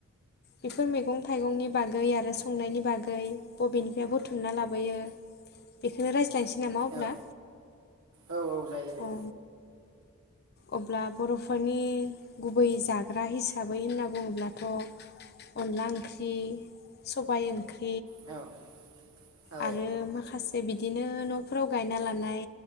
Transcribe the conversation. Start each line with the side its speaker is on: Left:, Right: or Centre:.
Left: बेफोर मैगं थाइगंनि बागै आरो संनायनि बागै बबेनिफ्राय बुथुमना लाबोयो बेखौनो राय ज्लायनोसै नामा अब्ला
Right: औ औ औ जायो दे
Left: अ अब्ला बरफोरनि गुबै जाग्रा हिसाबै होनना बुङोब्लाथ अनला ओंख्रि सबायाइ ओंख्रि
Right: औ औ
Left: आरो मा माखासे बिदिनो नफोराव गायना लानाय